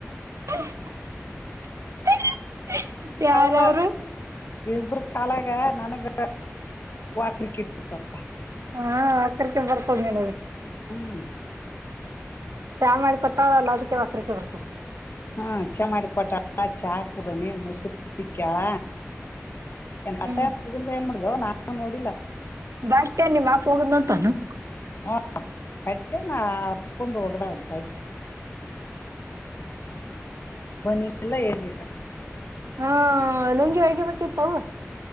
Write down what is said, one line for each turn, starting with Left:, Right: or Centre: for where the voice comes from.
Right: <unintelligible> ಯಾರವ್ರು
Left: ಹೌದ ಇಬ್ರ ಕಾಲಾಗ ನನ್ಗ ವಾಕ್ಲಿಕ್ಕ ಇಟ್ಟಿತತ್ತ
Right: ಹಾ ಆಕಕೆ ಬರ್ತದ್ ನನ ಅದು
Left: ಹ್ಮ್
Right: ಚಹ ಮಾಡಿ ಕೊಟ್ಟ ಅಲ್ಲ ಅದಕ್ಕೆ ಅಕ್ರಕಕ್ಕೆ ಬರ್ತೈತಿ
Left: ಹ್ಮ ಚಾ ಮಾಡಿ ಕೊಟ ಚಾ ಹಾಕುದನಿ ಮುಸರು ತಿ ಕ್ಯಳ ನ್ ಕಸಾಯನ್
Right: ಹ್ಮ್
Left: ಹಗುಲ್ದ ಏನ್ ಮಾಡಡ್ದವ ನಾನು ನೋಡಿಲ್ಲ
Right: ಬತೆ ನಿಮ್ಮಪ ಹೋಗುದ್ ಅಂತಾನ
Left: ಹ ಅಡ್ ನಾ ತುಂಬು ಹೋಗದ ಅಂಸ ಅಡ್ಡಿ ಬನ್ನಿಲ್ಲ ಏನ ಇಿಲ್ಲ
Right: ಹಾ ಲುಂಗಿ ಹಗಿಬೇಕಿತ್ತವ